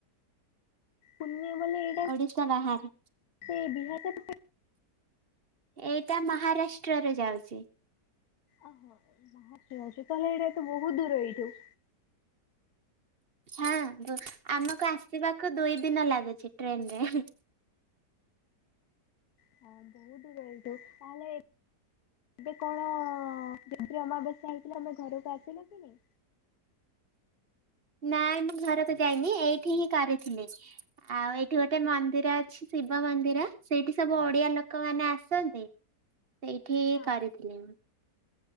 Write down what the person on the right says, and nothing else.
ଓଡିଶା ବାହାରେ।
ଏଇଟା ମହାରାଷ୍ଟ୍ରରେ ଯାଉଚି।
ହଁ। ବ ଆମକୁ ଆସିବାକୁ ଦୁଇ ଦିନ ଲାଗୁଚି ଟ୍ରେନ୍ ରେ।
ନାଇଁ ମୁଁ ଘରକୁ ଯାଇନି ଏଇଠି ହିଁ କରିଥିଲି। ଆଉ ଏଇଠି ଗୋଟେ ମନ୍ଦିର ଅଛି ଶିବ ମନ୍ଦିର, ସେଇଠି ସବୁ ଓଡିଆ ଲୋକମାନେ ଆସନ୍ତି। ସେଇଠି
କରିିଥିଲି ମୁଁ।